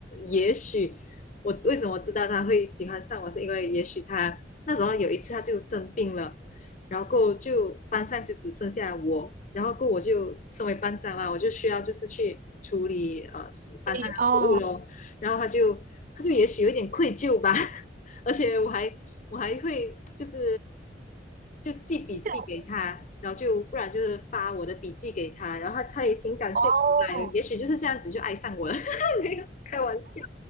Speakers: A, on the left (about 45°); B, on the right (about 45°).
A: 也许我为什么知道他会喜欢上我，是因为也许他那时候有一次他就生病了。然后就班上就只剩下我，然后我就身为班长嘛，我就需要就是去处理呃班上的事务咯。
B: 对哦，
A: 然后他就他就也许有一点愧疚吧，<laughs> 而且我还我还会就是就记笔记给他，
B: <laughs>
A: 然后就不然就是发我的笔记给他，然后他他也挺感谢我来，
B: 哦，
A: 也许就是这样子就爱上我了，<laughs> 没有开玩笑。